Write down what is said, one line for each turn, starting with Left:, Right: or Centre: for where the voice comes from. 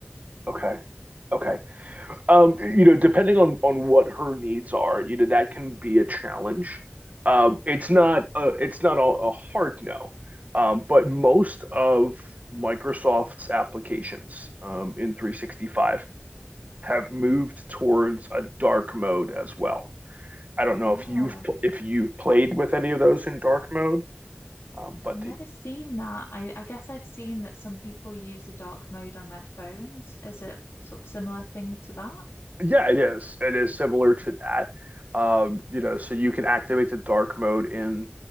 Right: Okay. Okay. Um, you know, depending on on what her needs are, you know, that can be a challenge. Um, it's not a, it's not a, a hard no. Um, but most of Microsoft's applications um, in 365 have moved towards a dark mode as well. I don't know
Left: Oh,
Right: if you've pl- if you've played with any of those in dark mode, um,
Left: I've
Right: but
Left: never
Right: they
Left: seen that. I, I guess I've seen that some people use a dark mode on their phones. Is it sort of similar thing to that?
Right: yeah, it is. It is similar to that. Um, you know, so you can activate the dark mode in